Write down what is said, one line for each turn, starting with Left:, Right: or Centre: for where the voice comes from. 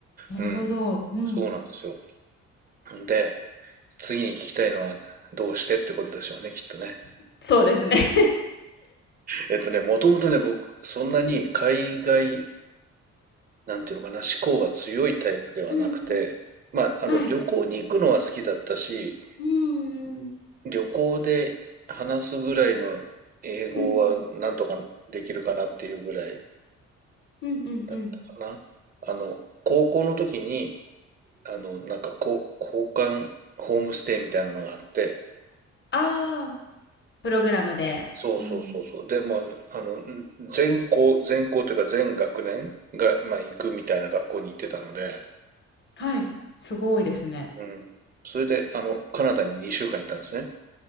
Left: なるほど。
Right: うん。
Left: うん。
Right: そうなんですよ。で、次に聞きたいのはどうしてってことでしょうね、きっとね。
Left: そうですね
Right: えっとね、もともとね、僕、そんなに海外なんていうのかな、思考が強いタイプではなくて、
Left: <laughs> うんうん。
Right: まあ、あの、
Left: はい。
Right: 旅行に行くのは好きだったし、
Left: うんうん
Right: 旅行で話すぐらいの英語はなんとかできるかなっていうぐらい
Left: うんうんうんうんうん
Right: だったかな。あの、高校の時に、あの、なんかこう、交換ホームステイみたいなのがあって、
Left: ああー、プログラムで。
Right: そうそうそうそう。
Left: うん。
Right: で、まあ、あの、全校、全校というか全学年が、まあ、行くみたいな学校に行ってたので、
Left: はい。すごいですね。
Right: うん。それで、あの、カナダに2週間行ったんですね。